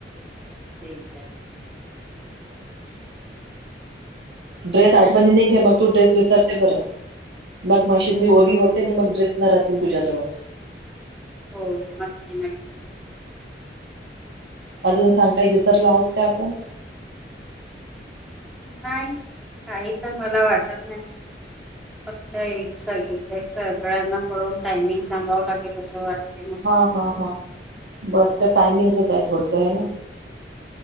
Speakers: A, in the centre; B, on the right.
A: ठीक आहे.
B: <inaudible> ड्रेस आठवणी नाही घे मग तू ड्रेस विसरते बरं मग माशी मी ओली
A: हो
B: होते आणि मग ड्रेस. नरा तीन पूजाजवळ,
A: हो, की नाही,
B: अजून सांग काही विसरलो आहोत का आपण.
A: नाही काही तर मला वाटत नाही, फक्त एक सागीन एक सकाळ्यांना कळून टायमिंग सांगावं लागेल असं वाटत.
B: हा हा हा बस तर टायमिंगचच आहे थोडसं आहे ना.